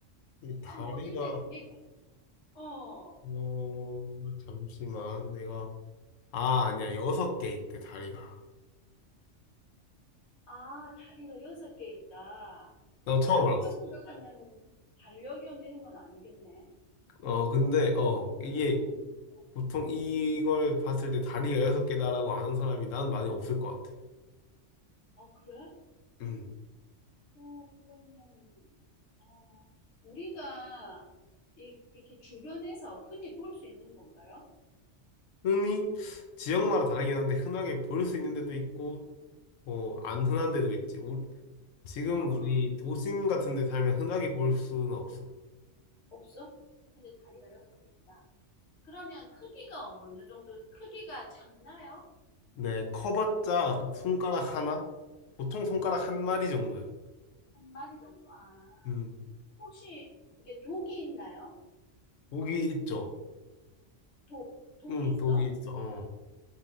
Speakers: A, on the left; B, on the left.
A: 이 다리가,
B: 아, 뭐길래 그게, 어.
A: 어, 잠시만. 내가, 아, 아니야. 여섯 개 있대, 다리가.
B: 아, 다리가 여섯 개 있다.
A: 나
B: 일단
A: 처음
B: 우리가
A: 알았어.
B: 생각하는 반려견 이런 건 아니겠네.
A: 어, 근데,
B: 어,
A: 어, 이게
B: 일단,
A: 보통 이걸
B: 음.
A: 봤을 때 다리가 여섯 개다라고 아는 사람이 난 많이 없을 것 같아.
B: 아, 그래?
A: 음.
B: 어, 그러면, 어, 우리가 이, 이렇게 주변에서 흔히 볼 수 있는 건가요?
A: 흔히, 지역마다 다르긴 한데, 흔하게 볼 수 있는 데도 있고, 뭐, 안 흔한 데도 있지. 우- 지금
B: 아,
A: 우리
B: 그래?
A: 도심 같은 데 살면 흔하게 볼 수는 없어.
B: 없어? 근데 다리가 여섯 개 있다. 그러면 크기가 어느 정도, 크기가 작나요?
A: 네, 커봤자 손가락 하나?
B: 응.
A: 보통 손가락 한 마디 정도야.
B: 한 마리 정도. 아,
A: 음,
B: 혹시 이게 독이 있나요?
A: 독이 있죠.
B: 독, 독이
A: 응,
B: 있어?
A: 독이 있어. 어,